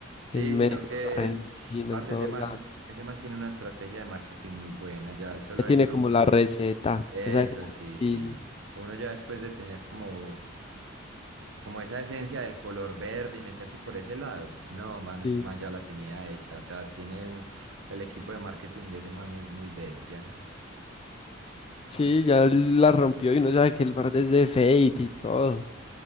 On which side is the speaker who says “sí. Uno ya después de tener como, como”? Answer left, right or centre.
Right